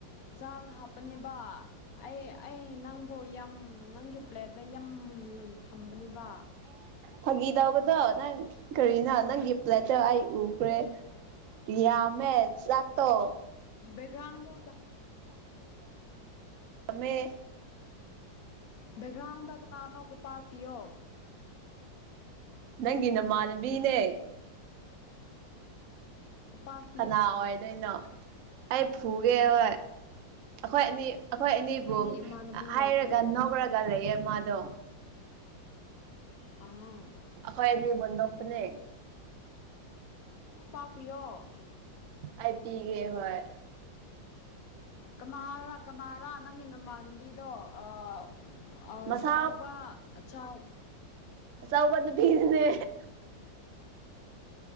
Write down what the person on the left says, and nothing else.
ꯆꯥꯒ ꯍꯥꯞꯄꯅꯦꯕ ꯑꯩ ꯑꯩ ꯅꯪꯕꯨ ꯌ ꯅꯪꯒꯤ ꯄ꯭ꯂꯦꯠꯇ ꯌ ꯊꯝꯕꯅꯤꯕ
ꯕꯦꯛꯒ꯭ꯔꯥꯎꯗꯣ
ꯕꯦꯛꯒ꯭ꯔꯥꯎꯟꯗ ꯀꯅꯥꯅꯣ ꯈꯨꯠꯄꯥꯛꯄꯤꯌꯣ
ꯄꯥꯛ
ꯑꯩꯒꯤ ꯏꯃꯥꯟꯅꯕꯤ
ꯂꯩꯇꯦ
ꯑꯥ
ꯄꯥꯛ ꯄꯤꯌꯣ
ꯀꯅꯥꯔ ꯀꯅꯥꯔ ꯅꯪꯒꯤ ꯅꯣꯡꯃꯥꯟꯕꯤꯗꯣ ꯑꯥ ꯑ
ꯆꯥꯎꯕ ꯑꯆꯥꯎ